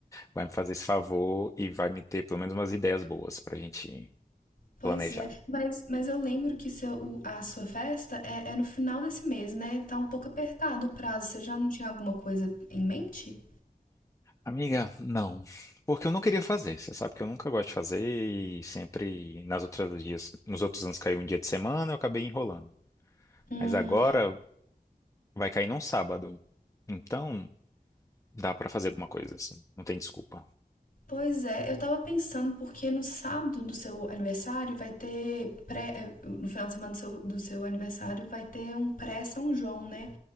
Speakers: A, on the left; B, on the left.
A: vai me fazer esse favor e vai me ter pelo menos umas ideias boas pra gente
B: Pois
A: planejar.
B: é, mas, mas eu lembro que seu, o- a sua festa é, é no final desse mês, né? Tá um pouco apertado o prazo. Você já não tinha alguma coisa em mente?
A: Amiga, não. Porque eu não queria fazer. Você sabe que eu nunca gosto de fazer e sempre nas outras dias, nos outros anos caiu um dia de semana, eu acabei enrolando.
B: Uhum.
A: Mas agora vai cair num sábado. Então, dá pra fazer alguma coisa assim. Não tem desculpa.
B: Pois é, eu tava pensando porque no sábado do seu aniversário vai ter pré, eh, no final de semana do seu, do seu aniversário vai ter um pré São João, né?